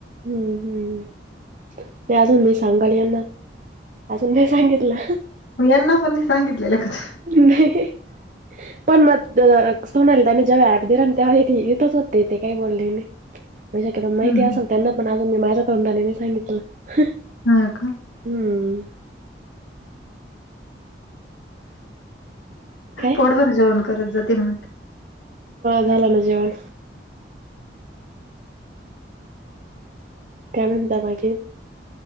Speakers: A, on the right; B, on the left.
A: हम्म, हम्, नाही अजून मी सांगाल यांना अजून नाही सांगितलं
B: आहे. मग यांना पण सांगितलेलं तू?
A: नाही पण मग सोनायला त्याने जेव्हा हॲप दिला तेव्हा इथंच होते तेे काही बोलले नाही म शक्यत माहिती
B: हं,
A: असेल
B: हं.
A: त्यांना पण अजून मी माझ्या तोंडाले नाही सांगितलं
B: हा का
A: हम्म काय
B: पोटभर जेवण करत जाते म्हणते
A: झाला ना जेवण कमन दामागे